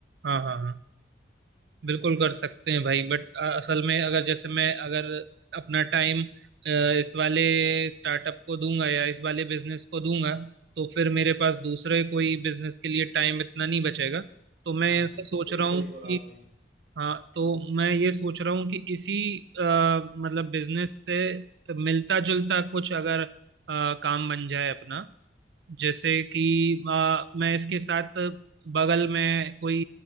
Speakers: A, on the right (about 65°); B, on the right (about 35°).
A: हाँ हाँ हाँ बिल्कुल कर सकते हैं भाई बट असल में अगर जैसे मैं अगर अपना टाइम इस वाले स्टार्टअप को दूंगा या इस वाले बिजनेस को दूंगा तो फिर मेरे पास दूसरे कोई बिजनेस के लिए टाइम इतना नहीं बचेगा तो मैं
B: हाँ
A: ऐसा
B: सही
A: सोच रहा
B: सही
A: हूँ
B: बोला
A: कि
B: आपने
A: हाँ तो मैं ये सोच रहा हूँ कि इसी अ, मतलब बिजनेस से मिलता जुलता कुछ अगर अ, काम बन जाए अपना जैसे कि आ, मैं इसके साथ बगल में कोई